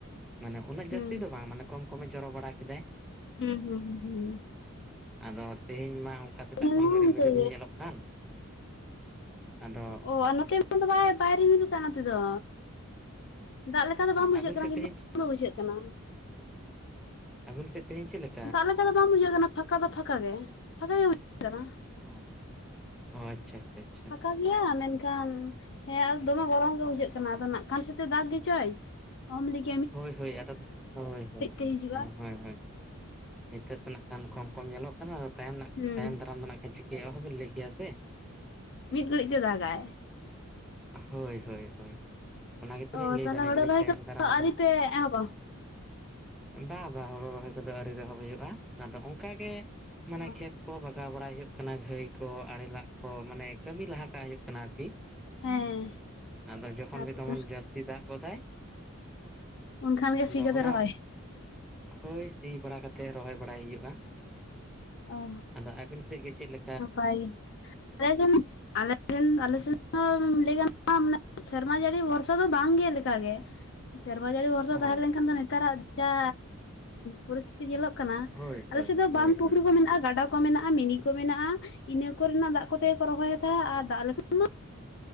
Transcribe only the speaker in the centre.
ᱢᱟᱱᱮ ᱩᱱᱟᱹᱜ
ᱡᱟᱹᱥᱛᱤ ᱫᱚ ᱵᱟᱝ ᱢᱟᱱᱮ ᱠᱚᱢ ᱠᱚᱢᱮ ᱪᱚᱨᱚ ᱵᱟᱲᱟ ᱠᱮᱫᱟᱭ
ᱟᱫᱚ ᱛᱮᱦᱮᱧ ᱢᱟ ᱚᱝᱠᱟ ᱥᱮᱛᱟᱜ
ᱠᱷᱚᱱ
ᱜᱮ ᱨᱤᱢᱤᱞ ᱨᱤᱢᱤᱞ ᱧᱮᱞᱚᱜ ᱠᱟᱱ ᱟᱫᱚ
ᱟᱹᱵᱤᱱ
ᱥᱮᱫ
ᱛᱮᱦᱮᱧ
ᱟᱵᱤᱱ ᱥᱮᱫ ᱛᱤᱦᱤᱧ ᱪᱮᱫ ᱞᱮᱠᱟ?
ᱚ ᱟᱪᱪᱷᱟ ᱪᱷᱟ ᱾
ᱦᱳᱭ ᱦᱳᱭ ᱟᱫᱚ ᱦᱳᱭ ᱦᱳᱭ
ᱦᱮᱸ ᱦᱮᱸ᱾ ᱱᱤᱛᱳᱜ ᱫᱚ ᱱᱟᱸᱜ ᱠᱷᱟᱱ ᱠᱚᱢ ᱠᱚᱢ ᱧᱮᱞᱚᱜ ᱠᱟᱱᱟ ᱛᱟᱭᱚᱢ ᱱᱟᱜ
ᱛᱟᱭᱚᱢ ᱫᱟᱨᱟᱢ ᱫᱚ ᱱᱟᱜ ᱠᱷᱟᱱ ᱪᱤ ᱠᱟᱹ ᱚᱸᱦᱚᱵᱤᱱ ᱞᱟᱹᱭ ᱠᱮᱭᱟ ᱥᱮ᱾
ᱦᱳᱭ ᱦᱳᱭ ᱦᱳᱭ᱾ ᱚᱱᱟ ᱜᱮᱛᱚ
ᱞᱤᱧ ᱞᱟᱹᱭ
ᱴ ᱫᱟᱞᱤᱧ
ᱛᱟᱭᱚᱢ
ᱫᱟᱨᱟᱢ
ᱫᱚ
ᱵᱟ ᱵᱟ ᱦᱳᱲᱩ ᱨᱚᱦᱚᱭ ᱠᱚᱫᱚ ᱟᱣᱨᱤ ᱨᱮᱦᱚᱸ ᱦᱩᱭᱩᱜᱼᱟ ᱟᱫᱚ ᱚᱝᱠᱟᱜᱮ ᱢᱟᱱᱮ
ᱠᱷᱮᱛ ᱠᱚ ᱵᱟ ᱜᱟᱣ ᱵᱟᱲᱟᱭ ᱦᱩᱭᱩᱜ ᱠᱟᱱᱟ ᱜᱷᱟᱹᱭ ᱠᱚ ᱟᱲᱮ ᱞᱟᱜ ᱠᱚ ᱢᱟᱱᱮ ᱠᱟᱹᱢᱤ ᱞᱟᱦᱟ ᱠᱟᱜ ᱦᱩᱭᱩᱜ ᱠᱟᱱᱟ ᱟᱨᱠᱤ᱾
ᱟᱫᱚ ᱡᱚᱠᱷᱚᱱ
ᱜᱮ ᱫᱚᱢᱚᱱ ᱡᱟᱹᱥᱛᱤ ᱫᱟᱜ ᱜᱚᱫᱟᱭ,
ᱟᱫᱚ
ᱚᱱᱟ
ᱦᱳᱭ ᱥᱤ ᱵᱟᱲᱟ ᱠᱟᱛᱮ ᱨᱚᱦᱚᱭ ᱵᱟᱲᱟᱭ ᱦᱩᱭᱩᱜ-ᱟ᱾
ᱟᱫᱚ ᱟᱹᱵᱤᱱ ᱥᱮᱫ ᱜᱮ ᱪᱮᱫ ᱞᱮ
ᱚ
ᱦᱳᱭ
ᱦᱳᱭ
ᱦᱳᱭ
ᱦᱳᱭ
ᱦᱳᱭ